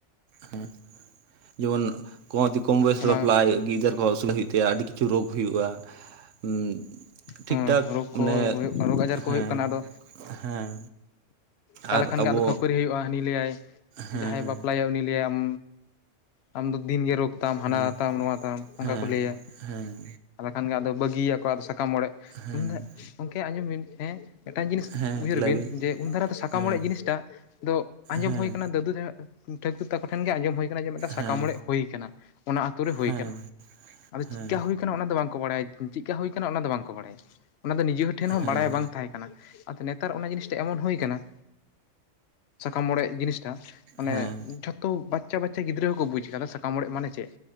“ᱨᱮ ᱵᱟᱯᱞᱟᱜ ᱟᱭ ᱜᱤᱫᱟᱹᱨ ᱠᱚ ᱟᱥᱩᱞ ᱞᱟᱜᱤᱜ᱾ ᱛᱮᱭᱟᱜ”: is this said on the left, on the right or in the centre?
Right